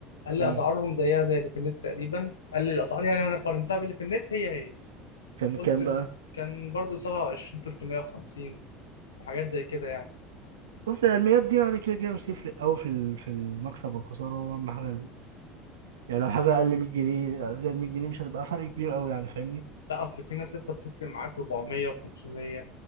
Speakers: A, on the left (about 85°); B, on the right (about 75°).
A: قال لي
B: امم
A: اسعارهم زيها زي اللي في النت تقريبا قال لي الاسعار يعني وانا قارنتها باللي في النت هي هي
B: كان
A: قلت
B: كام بقى
A: كان برضو 27 350 وحاجات زي كده يعني
B: بص هي الميات دي يعني كده كده مش هتفرق قوي في ال- في المكسب والخساره هو اهم حاجه ال- يعني لو حاجه اقل 100 جنيه زائد 100 جنيه مش هتبقى فرق كبير قوي يعني فاهمني
A: لا اصل في ناس لسه بتفرق معاك 400 و500